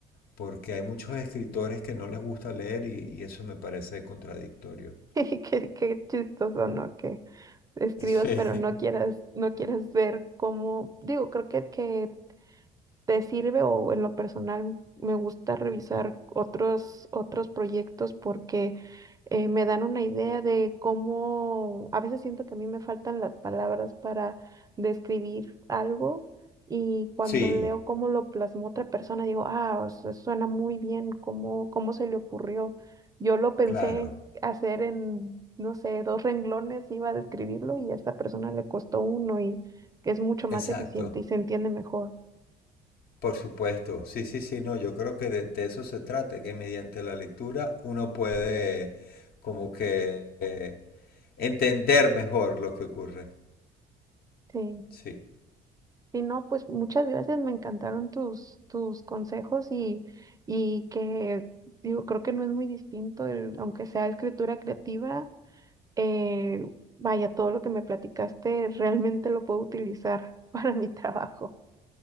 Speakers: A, on the left; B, on the right.
A: porque hay muchos escritores que no les gusta leer y, y eso me parece contradictorio.
B: <laughs> Qué, qué chistoso, ¿no? Que escribas,
A: Sí.
B: pero no
A: <laughs>
B: quieras, no quieras ver cómo, digo, creo que, que te sirve o en lo personal me gusta revisar otros, otros proyectos porque eh, me dan una idea de cómo, a veces siento que a mí me faltan las palabras para describir algo y cuando
A: Sí.
B: leo cómo lo plasmó otra persona digo, ah, o sea, suena muy bien, cómo, cómo se le ocurrió. Yo lo pensé
A: Claro,
B: hacer en, no sé, dos renglones, iba a describirlo y a esta persona le costó uno y es mucho más
A: exacto,
B: eficiente y se entiende mejor.
A: por supuesto. Sí, sí, sí, no, yo creo que de, de eso se trata, que mediante la lectura uno puede como que eh, entender mejor lo que ocurre.
B: Sí.
A: Sí,
B: Sí, no, pues muchas gracias, me encantaron tus, tus consejos y, y que, digo, creo que no es muy distinto, el- aunque sea escritura creativa, eh, vaya, todo lo que me platicaste realmente lo puedo utilizar <laughs> para mi trabajo.